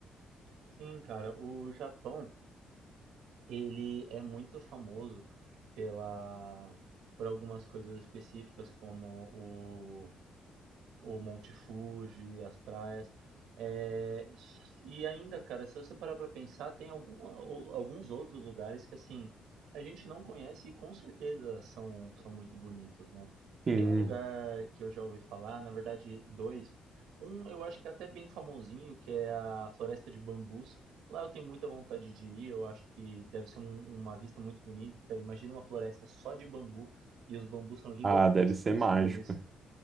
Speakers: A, on the right; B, on the right.
A: Sim, cara, o Japão, ele é muito famoso pela por algumas coisas específicas como o o Monte Fuji, as praias. É, e ainda, cara, se você parar pra pensar, tem alguma- o- alguns outros lugares que assim a gente não conhece e com certeza são, são muito bonitos, né?
B: Sim.
A: Tem um lugar que eu já ouvi falar, na verdade, dois. Um eu acho que é até bem famosinho, que é a Floresta de Bambus. Lá eu tenho muita vontade de ir, eu acho que deve ser um- uma vista muito bonita. Imagina uma floresta só de bambu e os bambus são gigantescos,
B: Ah, deve ser
A: assim,
B: mágico.
A: eles